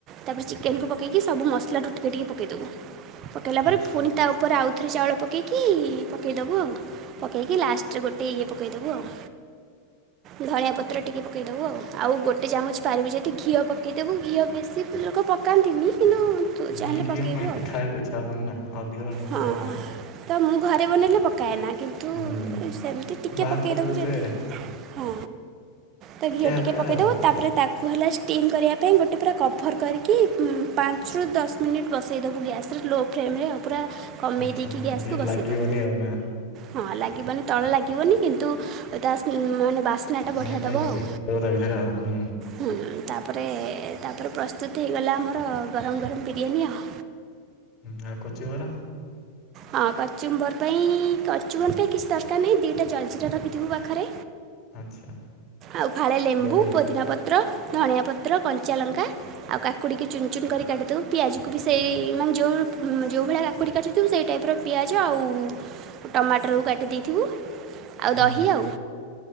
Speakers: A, on the right; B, on the left.
A: ତାପରେ ଚିକେନକୁ ପକେଇକି ସବୁ ମସଲାରୁ ଟିକେ ଟିକେ ପକେଇବୁ ପକେଇଲା
B: ଆଚ୍ଛା।
A: ପରେ ପୁଣି ତା ଉପରେ ଆଉଥରେ ଚାଉଳ ପକେଇକି ପକେଇଦବୁ ଆଉ ପକେଇକି ଲାଷ୍ଟରେ ଗୋଟେ ଇଏ ପକେଇଦେବୁ ଆଉ। ଧଣିଆ ପତ୍ର ଟିକେ ପକେଇବ ଦବୁ ଆଉ ଆଉ ଗୋଟେ ଚାମଚ ପାରିବୁ ଯଦି ଘିଅ ପକାଇଦବୁ ଘିଅ ବେଶୀ ଲୋକ ପକାନ୍ତିନି। କିନ୍ତୁ ତୁ
B: ହୁଁ
A: ଚାହିଁଲେ
B: ଘିଅ
A: ପକେଇବୁ
B: ମାରିଲେ
A: ଆଉ।
B: ଖାଇବାକୁ ଇଚ୍ଛା ହବନି ନା ଅଧିକ ନ ପକେଇବା
A: ହଁ।
B: ଭଲ।
A: ତ ମୁଁ ଘରେ ବନେଇଲେ ପକାଏନା, କିନ୍ତୁ
B: ହୁଁ
A: ସେମିତି ଟିକେ
B: ବାହାରେ
A: ପକେଇ ଦେବୁ
B: ଦଉଥିବେ
A: ଯଦି। ହଁ ତ ଘିଅ
B: ହାଲକା
A: ଟିକେ ପକେଇଦବ
B: ଆଉ।
A: ତାପରେ ତା କୁ ହେଲା ଷ୍ଟିମ୍ କରିବା ପାଇଁ, ଗୋଟେ ପୁରା କଭର୍ କରିକି ପାଞ୍ଚରୁ ଦସ୍ ମିନିଟ୍ ବସେଇ ଦବୁ ଗ୍ୟାସ୍ ରେ ଲୋ ଫ୍ଲେମରେ ଆଉ ପୁରା କମେଇ
B: ଆଚ୍ଛା
A: ଦେଇକି
B: ଏମିତି
A: ଗ୍ୟାସ୍ ରେ ବସେଇ
B: ଲାଗିବନି
A: ଦବୁ।
B: ଆଉ ନା।
A: ହଁ ଲାଗିବନି ତଳେ ଲାଗିବନି କିନ୍ତୁ ତା ସ୍ମେ-ମାନେ ବା ବାସ୍ନା
B: ସ୍ମେଲ
A: ଟା ବଢ଼ିଆ ଦବ ଆଉ।
B: ତା ଭିତରେ ଆଉ ହୁଁ
A: ହୁଁ। ତାପରେ ତାପରେ ପ୍ରସ୍ତୁତ ହେଇଗଲା ଆମର ଗରମ୍, ଗରମ୍ ବିରିୟାନୀ ଆଉ।
B: ହୁଁ ଆଉ କଚିମରା?
A: ହଁ କଚୁମ୍ବର ପାଇଁ, କଚୁମ୍ବର ପାଇଁ କିଛି ଦରକାର ନାହିଁ ଦୁଇଟା ଜର୍ଜିରା ରଖିଥିବୁ ପାଖରେ
B: ଆଚ୍ଛା
A: ଆଉ ଫାଳେ ଲେମ୍ବୁ,
B: ଦହି
A: ପୋଦିନା ପତ୍ର, ଧଣିଆ ପତ୍ର, କଞ୍ଚା ଲଙ୍କା ଆଉ କାକୁଡିିକି ଚୁନ୍, ଚୁନ୍ କରି କାଟିି ଦବୁ, ପିଆଜକୁ ବି ସେଇ ମାନେ ଯୋଉ ଯୋଉ ଭଳିଆ କାକୁଡି କାଟି ଥିବୁ ସେଇ ଟାଇପ୍ର ପିଆଜ ଆଉ ଟମାଟରକୁ କାଟି ଦେଇଥିବୁ ଆଉ
B: ହୁଁ
A: ଦହି ଆଉ।